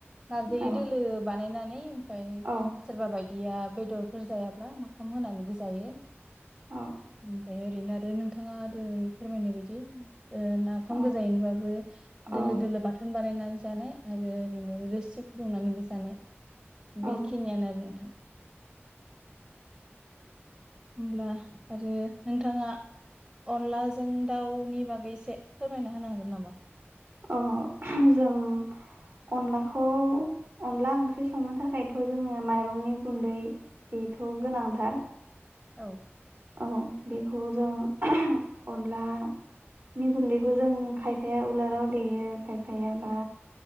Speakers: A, on the right; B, on the right.
A: नारजि
B: औ
A: दोलो बानायनानै ओमफ्राय
B: औ
A: सोरबा बायदि दिया बेदरफोर जायाब्ला ना फाम होनानैबो जायो ओमफ्राय
B: औ
A: ओरैनो आरो आरो नोंथाङा दहाय फोरमायनाय बायदि ओ नाफाम
B: औ
A: गोजायैनोबाबो दोलो
B: औ
A: दोलो बाथोन बानायनानै जानाय आरो ओरैनो रोसि फुदुंनानैबो जानाय
B: औ
A: बेखिनियानो नोंथां। होमब्ला आरो नोंथाङा अनलाजों दाउनि बागै एसे फोरमायना होनो हागोन नामा?
B: अ जों अनलाखौ अनला ओंख्रि संनो थाखायथ' जोङो माइरंनि गुन्दै बेथ' गोनांथार
A: औ
B: औ बेखौ जों ओह अनलानि गुन्दैखौ जों खायफाया उलाराव देयो खायफायाबा